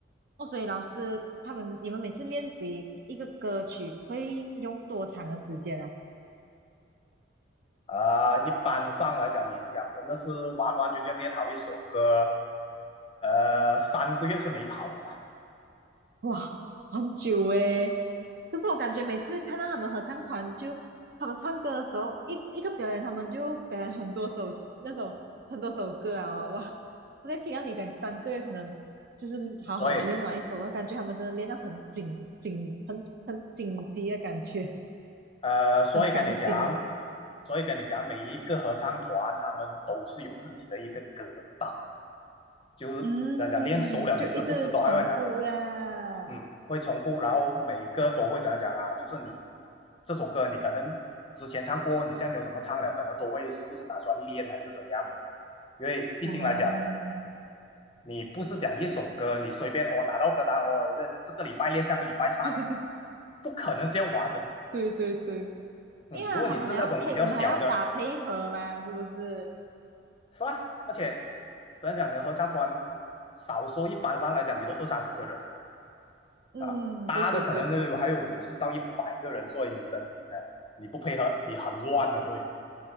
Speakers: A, on the right; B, on the left.
A: 哦，所以老师他们，你们每次练习一个歌曲会用多长的时间啊？
B: 啊、呃一般上来讲，你讲真的是完完全全练好一首歌，呃，三个月是没跑的啦，
A: 哇，很久诶。可是我感觉每次看到他们合唱团就，他们唱歌的时候，一一个表演，他们就表演很多首那首很多首歌啊，哇！我在听到你讲三个月才能就是好好的练完一首，
B: 所以
A: 我感觉他们真的练到很紧紧，很很紧急的感觉，
B: 呃，所以跟你讲，
A: 很赶紧啊。
B: 所以跟你讲，每一个合唱团他们都是有自己的一个歌单的就是怎样讲，
A: 嗯，
B: 练熟了，
A: 就一直重复呀。
B: 你时不时都还会拿，嗯，会重复，然后每一个都会怎样讲啊，就是你这首歌你可能之前唱过，你现在没有怎么唱了，可能都会时不时拿出来练还是怎样的，因为毕竟来讲，
A: 哦，
B: 你不是讲一首歌，你随便哦拿到歌单哦，这这个礼拜练，下个礼拜上，
A: <laughs>
B: 不可能这样玩的，
A: 对对对，
B: 嗯，
A: 因为他们还要配，
B: 如果你是那种比较小的。
A: 你们还要打配合嘛，是不是？
B: 是啊，而且怎样讲，你的合唱团少说一般上来讲，你都二三十个人了
A: 嗯，
B: 啊，大的可能都有还有五十到一百个人，
A: 对对对，
B: 所以你真的，嗯，你不配合，你很乱的会，